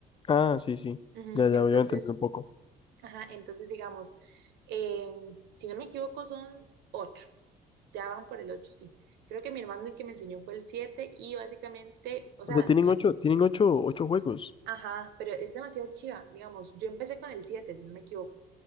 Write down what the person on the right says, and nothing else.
Ujú,
Entonces,
ajá, entonces digamos, en- si no me equivoco son ocho, ya van por el ocho, sí. Creo que mi hermano el que me enseñó fue el siete y básicamente, o sea,
no,
ajá, pero es demasiado chiva, digamos, yo empecé con el siete, si no me equivoco.